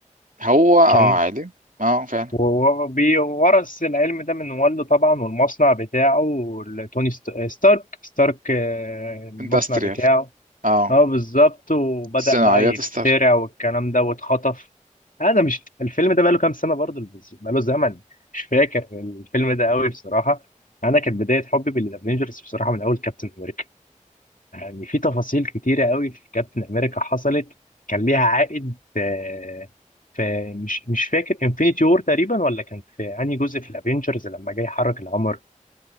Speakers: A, on the right; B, on the left.
A: هو اه
B: كان
A: عالم اه فعلا
B: وورث العلم ده من والده طبعا والمصنع بتاعه لتوني ست- ستارك ستارك آه، المصنع
A: اندستريال
B: بتاعه
A: اه
B: اه بالظبط وبدأ
A: صناعيات
B: بقى يخترع
A: ستار
B: والكلام ده واتخطف انا مش الفيلم ده بقاله كام سنة برضه بس بقاله زمن مش فاكر الفيلم ده قوي بصراحة انا كانت بداية حبي بالافنجرز بصراحة من اول كابتن امريكا يعني في تفاصيل كتيرة قوي في كابتن امريكا حصلت كان ليها عائد آه، في مش مش فاكر انفينيتي وور تقريبا ولا كان في انهي جزء في الافنجرز لما جاي يحرك القمر